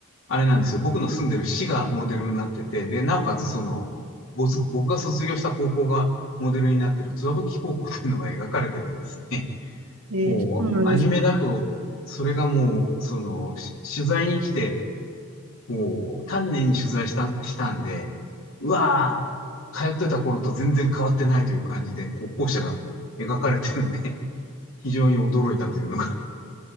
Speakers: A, on the left; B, on the right.
A: あれなんですよ、僕の住んでる市がモデルになってて、で、なおかつその、ぼつ僕が卒業した高校がモデルになってる津和吹高校っていうのが描かれててですね、
B: い。えーそうなんです。
A: こう、アニメだと、それがもう、その、し取材に来て、もう、丹念に取材した、したんで、うわー、通ってた頃と全然変わってないという感じで、こう、校舎が描かれてるんで、<laughs> 非常に驚いたというのが。